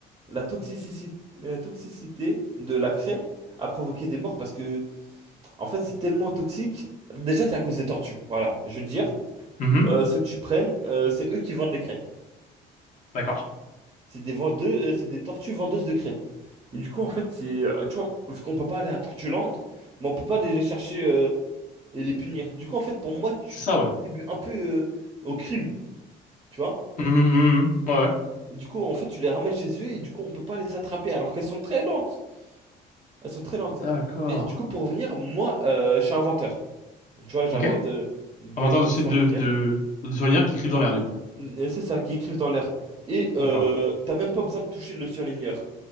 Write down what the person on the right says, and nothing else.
la toxicité, euh, toxicité de la craie a provoqué des morts parce que, en fait, c'est tellement toxique. Déjà, c'est à cause des tortues. Voilà, je veux dire.
euh, ceux que tu prennes, euh, c'est eux qui vendent les craies.
C'est des vendeux, euh, c'est des tortues vendeuses de craies. Et du coup, en fait, c'est, euh, tu vois, vu qu'on peut pas aller à Tortuland, mais on peut pas aller les chercher. euh, et les punir. Du coup, en fait, pour moi, tu
contribues un peu euh, au crime, tu vois.
du coup, en fait, tu les ramènes chez eux et du coup, on peut pas les attraper alors qu'elles sont très lentes. Elles sont très lentes.
Mais du coup, pour revenir, moi, euh, je suis inventeur. Tu vois, j'invente
euh,
par exemple
des
surligneurs.
Euh, C'est ça, qui écrivent dans l'air. Et euh,
t'as même pas besoin de toucher le surligneur.